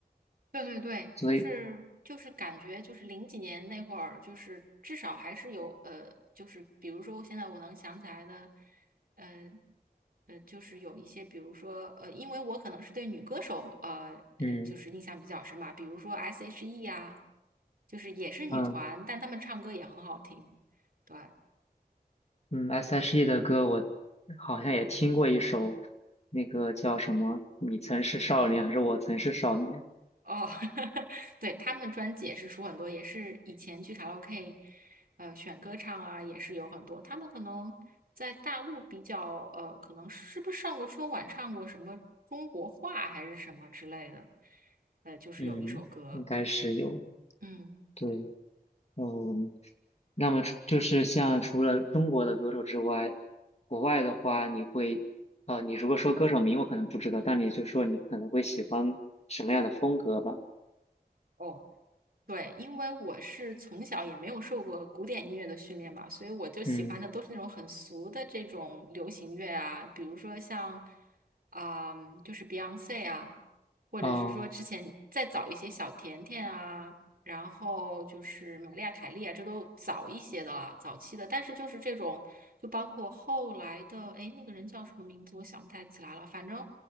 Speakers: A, on the right (about 65°); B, on the left (about 40°).
A: 对对对，
B: 所以
A: 就是就是感觉就是零几年那会儿，就是至少还是有呃，就是比如说现在我能想起来的，呃呃，就是有一些，比如说呃，因为我可能是对女歌手呃呃，
B: 嗯
A: 就是印象比较深嘛，比如说 S.H.E 呀、就是也是女团，
B: 嗯。
A: 但她们唱歌也很好听，对。
B: 嗯，S.H.E 的歌我好像也听过一首，那个叫什么“你曾是少年”还是“我曾是少年”？
A: 哦，<laughs> 对，他们专辑也是出很多，也是以前去卡拉 OK，呃，选歌唱啊，也是有很多。他们可能在大陆比较，呃，可能是不是上过春晚，唱过什么中国话还是什么之类的，呃，就是有一首歌，
B: 嗯，应该是有。
A: 嗯。
B: 对，嗯，那么除就是像除了中国的歌手之外，国外的话，你会，呃，你如果说歌手名我可能不知道，但你就说你可能会喜欢什么样的风格吧？
A: 哦。对，因为我是从小也没有受过古典音乐的训练嘛，所以我就喜欢的都是那种很俗的这种流行乐啊，
B: 嗯，
A: 比如说像，啊、就是 Beyonce 啊，或者是说之前再早一些小甜甜啊，
B: 啊、
A: 然后就是玛丽亚凯莉啊，这都早一些的啦，早期的。但是就是这种，就包括后来的，哎，那个人叫什么名字，我想不太起来了，反正